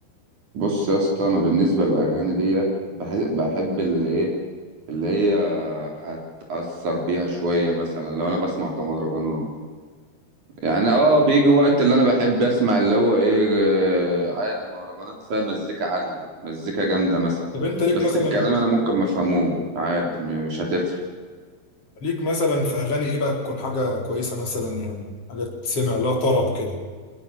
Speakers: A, on the right (about 55°); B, on the left (about 40°).
A: بص يا اسطى انا بالنسبة للاغاني ديت بحب بحب اللي ايه اللي هي هتأثر بيها شوية مثلا لو انا بسمع كمهرجانات يعني اه بيجي وقت اللي انا بحب اسمع اللي هو ايه آه، عادي مهرجانات فيها مزيكا عالية مزيكا جامدة مثلا
B: طب انت ليك
A: بس
B: مثلا
A: الكلام انا ممكن ما افهموش عادي م- مش هتفرق
B: ليك مثلا في اغاني ايه بقى تكون حاجه كويسه مثلا يعني حاجه تسمع لها طرب كده